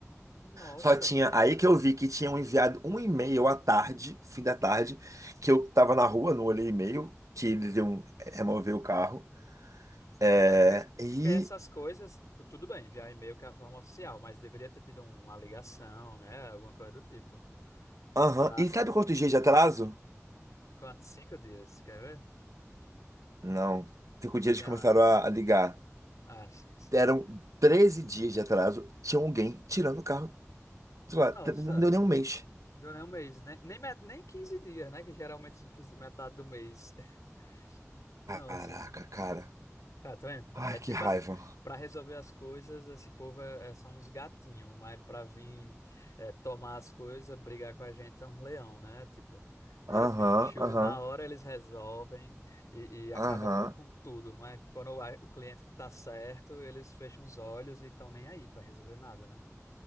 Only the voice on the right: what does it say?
Só tinha
aí que eu vi que tinham enviado um e-mail à tarde, fim da tarde, que eu tava na rua, não olhei e-mail, que eles iam eh, remover o carro. É,
e,
aham,
E sabe quantos dias de atraso?
Não. Cinco dias
eles
começaram a a ligar.
Eram 13 dias de atraso, tinha alguém tirando o carro de lá.
Não deu nem um mês.
Caraca, cara.
Ai,
que
raiva.
Aham,
aham,
aham.